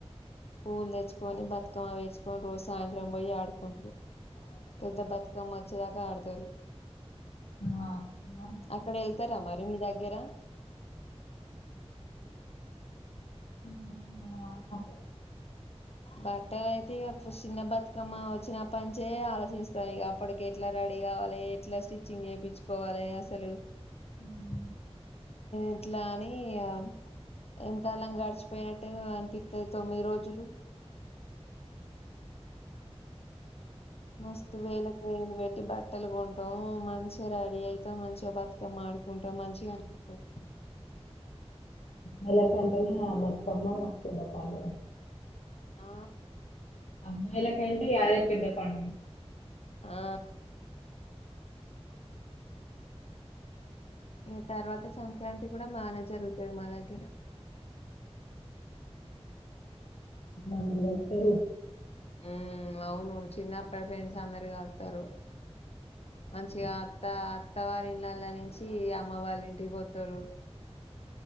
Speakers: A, on the left; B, on the left.
A: పూలు తెచ్చుకొని బతుకమ్మ వేసుకొని రోజు సాయంత్రం పోయి ఆడ్ ఆడుకుంటురు పెద్ద బతుకమ్మ వచ్చేదాకా ఆడుతారు.
B: ఆ
A: అక్కడ వెళ్తారా మరి మీ దగ్గర
B: చిన్నప్పుడు మనం ఆడుతాం
A: బట్టలయితే ఇగ చిన్న బతుకమ్మ వచ్చినప్ప నుంచే ఆలోచిస్తా ఇక అప్పటికేట్ల రడి రెడీ గవాలే ఎట్లా స్టిచ్చింగ్ చేపించుకోవాలే అసలు
B: ఆడుకోం
A: ఎట్లా అని ఇగం ఎంత కాలం గడిచిపోయినట్టు అనిపిత్తది తొమ్మిది రోజులు. మస్తు వేలకు వేలు పె ట్టి బట్టలు కొంటాం మంచిగా రెడీ అయితాం మంచిగా బతుకమ్మ ఆడుకుంటాం మంచిగా అనిపితది.
B: వెల వెంటనే బతుకమ్మ పెద్ద పాను
A: ఆ
B: అమ్మాయిలే కంటే యాదే పెద్ద పం
A: ఆ ఇగ తర్వాత సంక్రాంతి కూడా బానే జరుగుతది మా దగ్గర.
B: అందరు కలుస్తారు
A: ఉ అవును చిన్నప్పటి ఫ్రెండ్స్ అందరు కలత్తరు మంచిగా అత్త అత్త వారి ఇన్ నెల నుంచి అమ్మ వాళ్ళ ఇంటికి పోతారు.